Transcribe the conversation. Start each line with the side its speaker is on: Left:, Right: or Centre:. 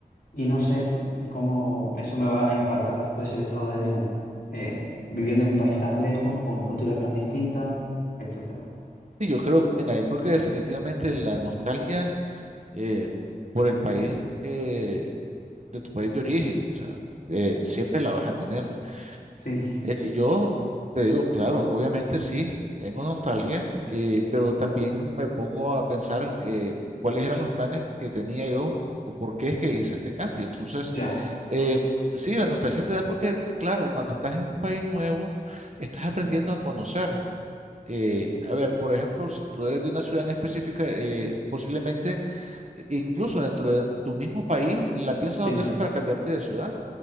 Left: Y no sé cómo eso me va a impactar después el estado de ánimo, eh, viviendo en un país tan lejos, con una cultura tan distinta, etcétera.
Right: Sí, yo creo, mira, yo creo que definitivamente la nostalgia eh, por el país eh, de tu país de origen, o sea, eh, siempre la vas a tener.
Left: Sí,
Right: Eh, yo te digo, claro, obviamente sí, tengo nostalgia, eh, pero también me pongo a pensar eh, cuáles eran los planes que tenía yo o por qué es que hice este cambio. Entonces,
Left: ya,
Right: eh, sí, la nostalgia te da porque, claro, cuando estás en un país nuevo, estás aprendiendo a conocer eh, a ver, por ejemplo, si tú eres de una ciudad en específica, eh, posiblemente, eh, incluso dentro de tu mismo país, la piensas
Left: sí,
Right: dos veces para cambiarte de ciudad.